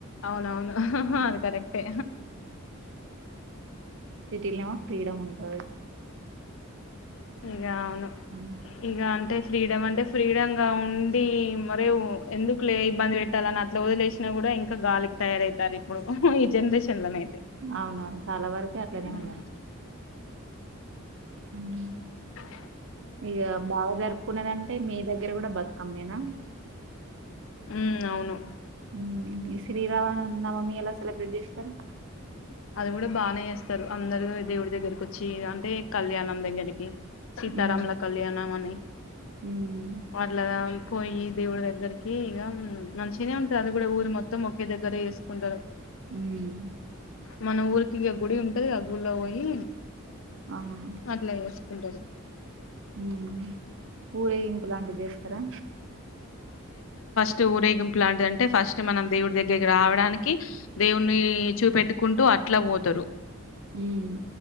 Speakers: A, on the left; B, on the right.
A: అవునవును హు హ్ హూ అది కరెక్టే.
B: సిటీలోనేమో ఫ్రీడమ్ ఉంటాది.
A: ఇక అవును
B: ఉమ్.
A: ఇక అంటే ఫ్రీడమ్ అంటే ఫ్రీడ గా ఉండి మరి ఎందుకు లే ఇబ్బంది పెట్టాలని అట్లా వదిలేసినా కూడా ఇంకా గాలికి తయారవుతారు ఇప్పుడు ఉహ్ ఈ జనరేషన్. లోనయితే
B: అవునవును చాలా వరకు అట్లనే
A: ఉమ్
B: ఉన్నారు. ఉమ్
A: వై
B: ఇక బావగారు కున్నదంటే మీ దగ్గర కూడా బతు ఆమెనా
A: ఉ అవును
B: ఉమ్ ఈ శ్రీరామనవమి ఎలా సెలబ్రేట్ చేస్తారు
A: అది కూడా బాగానే చేస్తారు అందరు దేవుడి దగ్గరకు వచ్చి అంటే కళ్యాణం అందకి సీతారాముల
B: ఉమ్.
A: కళ్యాణం అని
B: ఉమ్.
A: వాట్లా పోయి దేవుడి దగ్గరికి ఇక మంచినే ఉంటంది అది కూడా ఊరి మొత్తం ఒకే దగ్గర చేసుకుంటారు
B: ఉమ్.
A: మన ఊరికి ఇక గుడి ఉంటది ఆ గుళ్లో పోయి
B: ఆహా
A: అట్లాగే <unintelligible>
B: ఉమ్ ఊరేగింపు లాంటిది చేస్తారా
A: ట్ ఊరేగింపు లాంటిది అంటే ఫస్ట్ మనం దేవుడి దగ్గరకి రావడానికి దేవుడిని చూపెట్టుకుంటూ అట్లా పో తారు
B: ఉమ్.